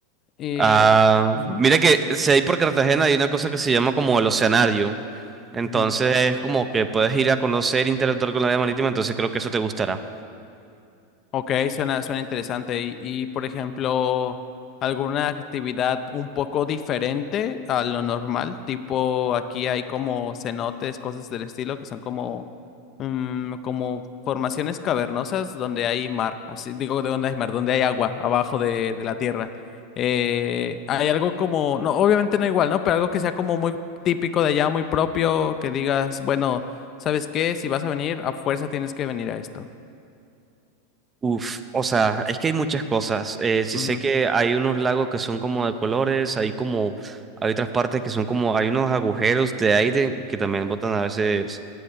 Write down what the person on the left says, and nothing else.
Y...
ujú,
ujú.
Ok, suena, suena interesante. Y, y, por ejemplo, alguna actividad un poco diferente a lo normal, tipo aquí hay como cenotes, cosas del estilo, que son como, mm, como formaciones cavernosas donde hay mar, así digo de donde hay mar, donde hay agua abajo de, de la tierra. Eh, hay algo como, no, obviamente no igual, ¿no? Pero algo que sea como muy típico de allá, muy propio, que digas, bueno, ¿sabes qué? Si vas a venir, a fuerza tienes que venir a esto.
Ujú,